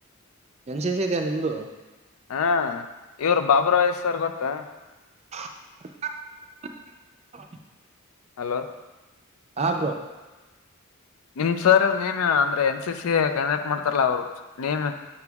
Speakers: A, on the right; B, on the left.
A: ಎನ್ ಸಿ ಸಿ ಇದೆಯಾ ನಿಮ್ದು
B: ಹಾ ಇವರು ಬಾಬುರಾಯ ಸರ್ ಗೊತ್ತಾ
A: <inaudible>
B: ಹಲೋ
A: ಹಾ ಬ್ರೋ
B: ನಿಮ್ ಸರ್ ನೇಮ್ ಅಂದ್ರೆ ಎನ್ ಸಿ ಸಿ ಕಂಡಕ್ಟ್ ಮಾಡ್ತಾರಲ್ಲಾ ಅವ್ರು ನೇಮ್